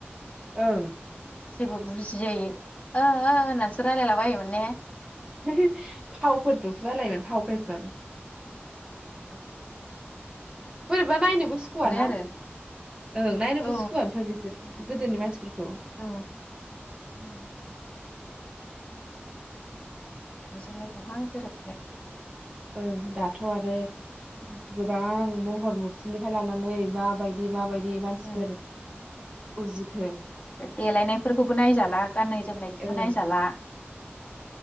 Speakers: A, on the right (about 20°); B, on the left (about 30°).
A: ओं
B: जेबो बुजियै ओ ओ होननानैसो रायलायला बायोमोन ने
A: हो‌ हो फावफोरजोंसो रालायोमोन फाव फेसन
B: औ
A: बोरैबा नायनोबो सुखुवाना
B: आरो
A: ओं नायनोबो
B: औ
A: सुखुवा ओमफाय बिसोर गोदोनि मानसिफोरफोरखौ द'
B: औ उम दानिजोंलाय बहा गोरोब
A: ओं दाथ' आरो गोबां महर मुस्रिनिफ्राय लानानै माबायदि माबाय बि मानसिफोर
B: उम
A: उजिक हो
B: देलायनाय फोरखौबो नायजाला गाननाय जोमनायखौबो
A: ओं
B: नायजाला।